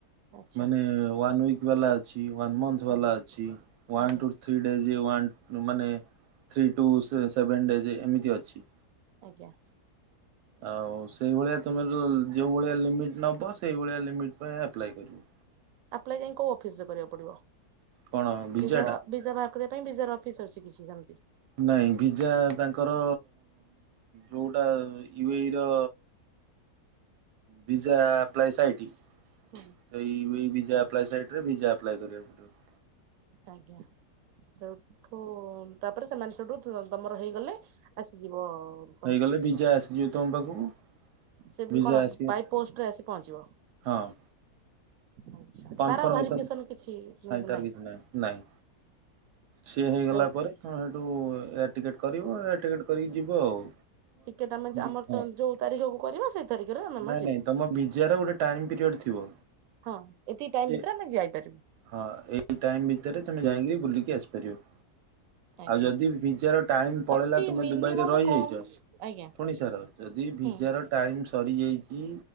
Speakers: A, on the right; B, on the right.
A: ଆଚ୍ଛା
B: ମାନେ ୱାନ୍ ୱିକ ବାଲା ଅଛି। ୱାନ୍ ମନ୍ଥ ବାଲା
A: ଆଜ୍ଞା
B: ଅଛି। one
A: ଆଜ୍ଞା
B: two three days one ମାନେ ଥ୍ରୀ ଟୁ ସେଭେନ ଡେଜ ଏମିତି ଅଛି।
A: ଆଜ୍ଞା।
B: ଆଉ ସେଇଭଳିଆ ତୁମେ ଯୋଉ ଯୋଉ ଭଳିଆ ଲିମିଟ୍ ନେବ ସେଇଭଳିଆ ଲିମିଟ୍ ପାଇଁ ଆପ୍ଲାଏ କରିବ।
A: ଆପ୍ଲାଏ ଯାଇଁ କୋଉ ଅଫିସରେ କରିବାକୁ ପଡିବ।
B: କଣ ଭିଜାଟା?
A: ଭିଜା ଭିଜା ବାହାର କରିବା ପାଇଁ ବିଜାର ଅଫିସ୍ ଅଛି କିଛି ସେମିତି?
B: ନାଇଁ ଭିଜା ତାଙ୍କର ଯୋଉଟା ୟୁ ଏଇ ର ଭିଜା ଆପ୍ଲାଏ ସାଇଟ୍ ସେଇ
A: ହୁଁ
B: ଏଇ ଭିଜା ଆପ୍ଲାଏ ସାଇଟ୍ରେ ଭିଜା ଆପ୍ଲାଏ କରିବାକୁ ପଡ଼ିବ।
A: ଆଜ୍ଞା। ସେଠୁ ତାପରେ ସେମାନେ ସେଠୁ ଦମର ହେଇଗଲେ ଆସିଯିବ ଆଉ।
B: ହେଇଗଲେ ଭିଜା ଆସିଯିବ ତମ ପାଖକୁ।
A: ସେ ବି
B: ଭିଜା
A: କଣ
B: ଆସିବ
A: ବାଇ ପୋଷ୍ଟରେ ଆସି ପହଞ୍ଚିବ।
B: ହଁ
A: ଆଜ୍ଞା।
B: କନଫର୍ମେସନ
A: ତାର ଆଉ ଭାରି ପିସନ କିଛି
B: ତାର
A: ନାଇଁ
B: କିଛି ନାହିଁ ନାଇଁ ସିଏ ହେଇଗଲା
A: ସେ
B: ପରେ ତମେ ସେଇଠୁ ଏୟାର ଟିକେଟ କରିବ ଏୟାର ଟିକେଟ କରିକି ଯିବ ଆଉ।
A: ଟିକେଟ ଆମେ ଆମର
B: <unintelligible>
A: ଯୋଉ ତାରିଖକୁ କରିବା ସେଇ ତାରିଖରେ ଆମେ ଆମର
B: ନାଇଁ
A: ଯିବୁ
B: ନାଇଁ ତମ ବିଜୟ ର ଗୋଟେ ଟାଇମ ପିରିୟଡ଼ ଥିବ।
A: ହଁ ଏତିକି ଟାଇମ
B: ଯେ
A: ଭିତରେ ଆମେ ଯାଇପାରିବୁ।
B: ହଁ ଏଇ ଟାଇମ ଭିତରେ ତମେ ଯାଇକି ବୁଲିକି ଆସିପାରିବ।
A: ଆଜ୍ଞା
B: ଆଉ ଯଦି ଭିଜ଼ାର ଟାଇମ ପଳେଇଲା
A: ଅତି
B: ତମେ
A: ମିନିମମ୍
B: ଦୁବାଇରେ ରହିଯାଇଛ
A: କମ ଆଜ୍ଞା
B: ପୁଣି ସାର ଯଦି ଭିଜାର
A: ହୁଁ
B: ଟାଇମ ସରିଯାଇଛି